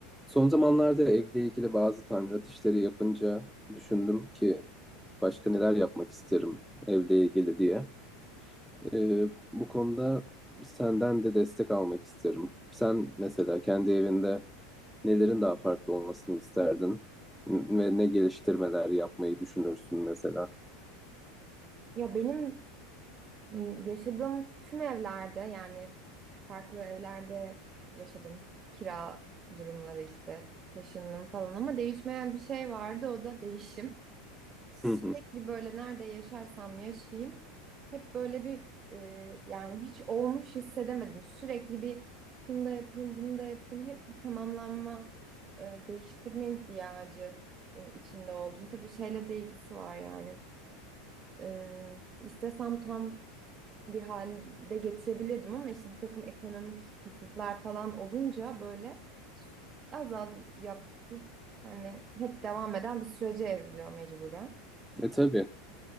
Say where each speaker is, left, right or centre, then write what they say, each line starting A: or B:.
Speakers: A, in the centre; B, on the right.
A: Son zamanlarda evle ilgili bazı tamirat işleri yapınca düşündüm ki başka neler yapmak isterim evle ilgili diye. Ee, bu konuda senden de destek almak isterim. Sen mesela kendi evinde nelerin daha farklı olmasını isterdin ve ne geliştirmeler yapmayı düşünürsün mesela?
B: Ya benim m, yaşadığım tüm evlerde yani farklı evlerde yaşadım. Kira durumları işte taşındım falan ama değişmeyen bir şey vardı o da değişim. Sürekli
A: Hı hı.
B: böyle nerede yaşarsam yaşayayım hep böyle bir e, yani hiç olmuş hissedemedim. Sürekli bir şunu da yapayım bunu da yapayım hep bir tamamlanma e, değiştirme ihtiyacı e, içinde oldum. Tabii şeyle de ilgisi var yani. E, istesem tam bir halde getirebilirdim ama işte bir takım ekonomik kısıtlar falan olunca böyle az az yapıp hani hep devam eden bir sürece evriliyor mecburen.
A: E tabii.